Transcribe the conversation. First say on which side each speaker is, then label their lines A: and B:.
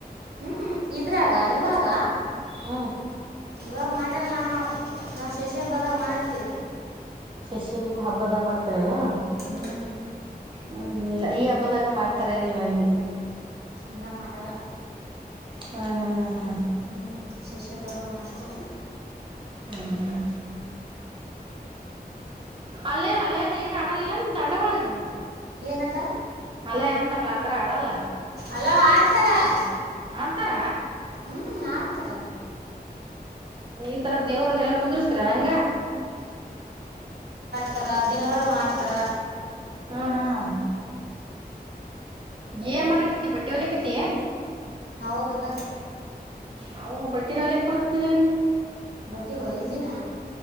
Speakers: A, on the right; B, on the right.
A: ಹೂ ಇದ್ರಾಗ ಇವಾಗ
B: ಹೂ
A: ಇವಾಗ ಮಾಡ್ಯಲ್ಲ ನಾ ನಾವು ಶಶಿ ಹಬ್ಬದಾಗ ಮಾಡ್ತೀವಿ
B: ಶಶಿ ನಿಮ್ ಹಬ್ಬದ ಮಾಡ್ತಾರೆನಾ
A: ಹ್ಞೂ
B: ಹೂ ಹೂ ಇಲ್ಲ ಈ ಹಬ್ಬದಾಗನ್ ಮಾಡ್ತಾರೇ ನೀವಂದಿ
A: ಇಲ್ಲ ಮಾಡಲ್ಲ
B: ಹಾ ಹಾ ಹಾ ಹಾ
A: ಹೂ ಶಶಿ ಹಬ್ಬ ಮಾಡ್ತೇರ
B: ಹೌದಾ ಅಲ್ಲೇಲ್ಲ ಅಲ್ಲೇದು ಏನ್ ಆಡಲಿಲ್ಲ ನಿಮ್ ತಂಡ ಒೊಳಗೇ
A: ಏನಕ್ಕ
B: ಅಲ್ಲ ಅಂತಾರಲ್ಲ ಆತ್ರ ಆಡಲ್ಲ
A: ಅಲ್ಲ ಆಡ್ತಾರ
B: ಆತರ
A: ಹ್ಮ್ ಆಡ್ತಾರ
B: ಈ ತರ ದೇವ್ರದೆ ಎಲ್ಲಾ ಕುಂದರ್ಸ್ತ್ರ ನಂಗ
A: ತರ ದಿನಗಳು ಮಾಡ್ತಾರ
B: ಹಾ ಹಾ ಏನ್ ಮಾಡಕತಿ ಬಟ್ಟೆ ಒಲಕತಿ ಏನ್
A: ಹೌದಕ್ಕ
B: ಹಾವ ಬಟ್ಟಿನ ಒಲೆಕಬರತನಿನಗ
A: ಬಟ್ಟಿ ಹೊಲಿತೀಿನ